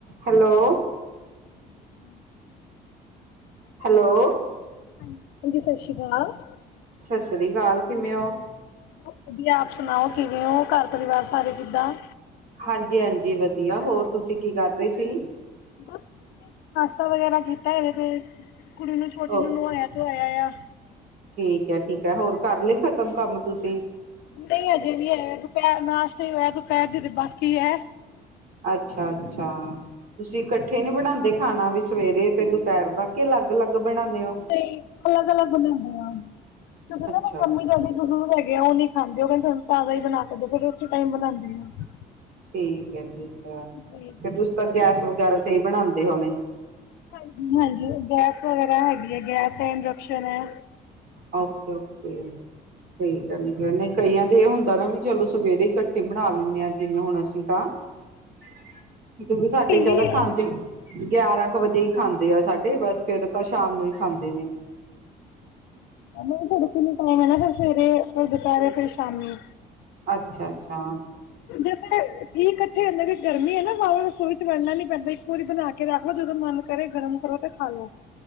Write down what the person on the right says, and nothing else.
Hello.
Hello.
ਸਸ ਰੀ ਕਾਲ ਕਿਵੇਂ ਓ?
ਹਾਂਜੀ, ਹਾਂਜੀ ਵਧੀਆ ਹੋਰ ਤੁਸੀਂ ਕੀ ਕਰਦੇ ਸੀ।
ਓ
ਠੀਕ ਏ, ਠੀਕ ਏ, ਹੋਰ ਕਰ ਲਏ ਖਤਮ ਕੰਮ ਤੁਸੀਂ?
ਅੱਛਾ-ਅੱਛਾ। ਤੁਸੀਂੱ ਕਡ ਠੇ ਨੀਂ ਬਣਾਂਦੇ ਖਾਣਾ ਵੀ ਸਵੇਰੇ ਤੇ ਦੁਪਹਿਰ ਦਾ, ਕੀ ਅਲੱਗ-ਅਲੱਗ ਬਣਾਉਂਨੇ ਔ?
ਅੱਛਾ
ਅੱਛਾ
ਠੀਕ ਐ, ਠੀਕ ਐ।
ਫਿਰ ਤੁਸੀ ਤਾਂ ਗੈਸ ਵਗੈਰਾ ਤੇ ਈ ਬਣਾਉਂਦੇ ਹੋਣੇ?
ਓਕੇ-ਓਕੇ ਠੀਕ ਐ ਨੀ ਫ ਨੀਂ ਕਈਆਂ ਦੇ ਇਹ ਹੁੰਦਾ ਨਾਂ ਵੀ ਚਲੋ ਸਵੇਰੇ ਇਕੱਠੇ ਬਣਾ ਲੈਂਣੇ ਆਂ, ਜਿਵੇਂ ਹੁਣ ਅਸੀਂ ਤਾਂ <unintelligible> ਕਿਉਂਕਿ ਸਾਡੇ
ਜਿਆਦਾ
ਖਾਂਦੇ <unintelligible> ਗਿਆਰਾਂ ਕੁ ਵਜੇ ਈ ਖਾਂਦੇ ਆ ਸਾਡੇ। ਬਸ ਫੇਰ ਤਾਂ ਸ਼ਾਮ ਨੂੰ ਹੀ ਖਾਂਦੇ ਨੇਂ।
ਅੱਛਾ, ਅੱਛਾ।